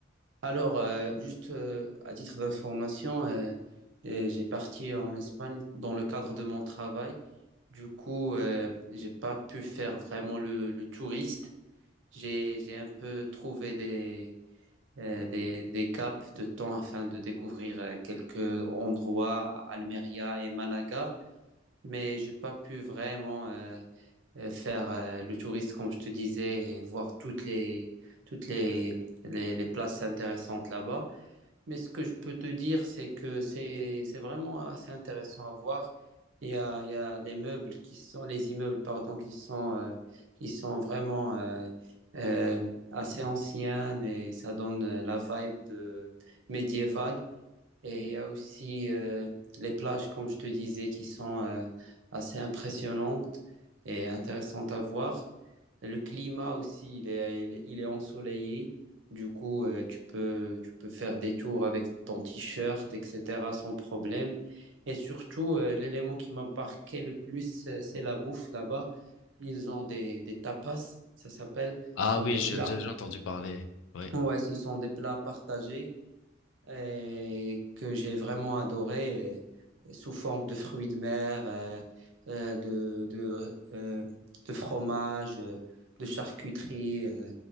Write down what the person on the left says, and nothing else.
Ah
oui,
j'ai
déjà entendu parler. Oui.